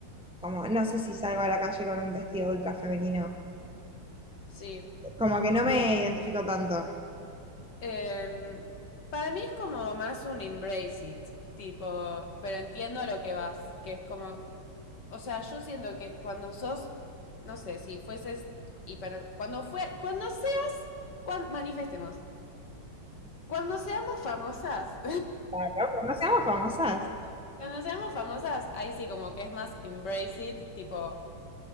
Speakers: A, in the centre; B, on the left.
A: como, no sé si salgo a la calle con un vestido ultra femenino.
B: Sí.
A: Como que no me identifico tanto.
B: Em, para mí es como más un embrace it, tipo, pero entiendo a lo que vas, que es como o sea, yo siento que cuando sos, no sé, si fueses hiper, cuando fue, cuando seas, cuando, manifestemos, cuando seamos famosas,
A: Claro, cuando seamos famosas.
B: <laughs> cuando seamos famosas, ahí sí como que es más embrace it, tipo,